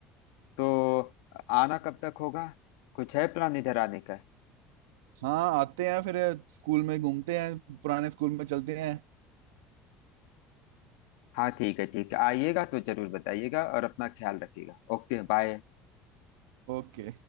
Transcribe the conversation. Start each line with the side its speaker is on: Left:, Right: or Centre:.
Left: तो आना कब तक होगा कुछ है प्लान इधर आने का
Right: हाँ आते हैं फिर स्कूल में घूमते हैं पुराने स्कूल में चलते हैं
Left: हाँ ठीक है ठीक है आइएगा तो जरूर बताइएगा और अपना ख्याल रखिएगा Okay bye
Right: ओके